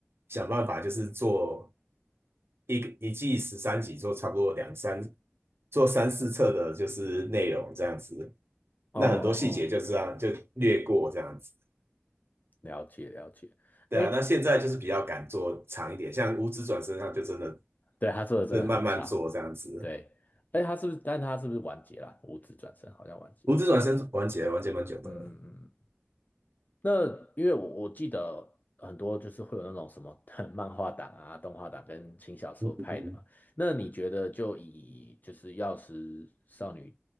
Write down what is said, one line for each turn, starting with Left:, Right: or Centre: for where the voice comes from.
Right: 想办法就是做一个一季十三集，做差不多两三做三四册的就是内容这样子，
Left: 哦哦哦，
Right: 那很多细节就这样就略过这样子，
Left: 了解了解。
Right: 对啊，
Left: 哎，
Right: 那现在就是比较敢做长一点，像《五职转身》上就真的
Left: 对，他做的真的很长。
Right: 就慢慢做这样子。
Left: 对，哎，他是不是？但他是不是完结了？五指转身好像完结。
Right: 胡子转身完结完结蛮久的了。
Left: 嗯嗯嗯。那因为我我记得很多就是会有那种什么 <laughs> 漫画党啊、动画党跟轻小说派的嘛。
Right: 嗯，
Left: 那你觉得就以就是《药师少女》